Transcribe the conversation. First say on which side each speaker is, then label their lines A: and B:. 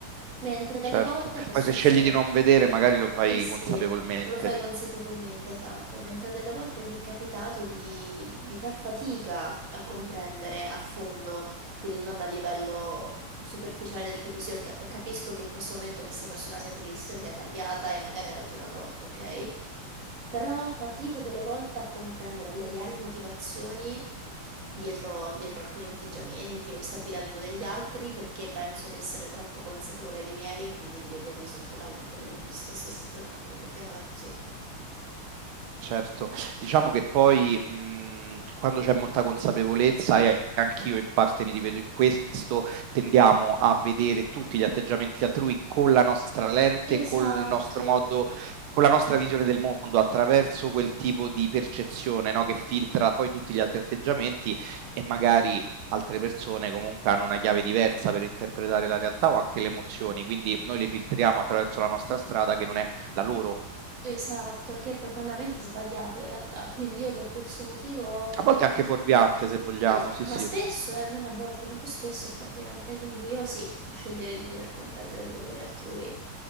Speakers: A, on the right; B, on the right.
A: Mentre delle
B: certo.
A: volte posso
B: Poi se
A: essere...
B: scegli di non vedere, magari lo fai
A: Eh sì,
B: consapevolmente.
A: lo fai consapevolmente, esatto, mentre delle volte mi è capitato di, di far fatica a comprendere a fondo, quindi non a livello superficiale del tipo sì, ok, capisco che in questo momento questa persona sia triste, sia arrabbiata e magari ha ragione o torto, ok? Però fatico delle volte a comprendere le reali motivazioni dietro, dietro alcuni atteggiamenti o stati d'animo degli altri perché penso di essere troppo consapevole dei miei e quindi di vederli sotto la lente del mio stesso stato d'animo, mettiamola così.
B: Certo, diciamo che poi, mhmm, quando c'è molta consapevolezza e anch'io in parte mi rivedo in questo, tendiamo a vedere tutti gli atteggiamenti altrui con la nostra lente,
A: Esatto,
B: col nostro modo con la nostra visione del mondo, attraverso quel tipo di percezione, no, che filtra poi tutti gli altri atteggiamenti e magari altre persone comunque hanno una chiave diversa per interpretare la realtà o anche le emozioni, quindi noi le filtriamo attraverso la nostra strada che non è la loro.
A: esatto, che è profondamente sbagliato in realtà. Quindi io per questo motivo,
B: A volte anche fuorviante, se vogliamo,
A: eh,
B: sì,
A: ma
B: sì.
A: spesso, eh, non a volte, proprio spesso è fuorviante, quindi io sì, sceglierei di poter comprendere il dolore altrui.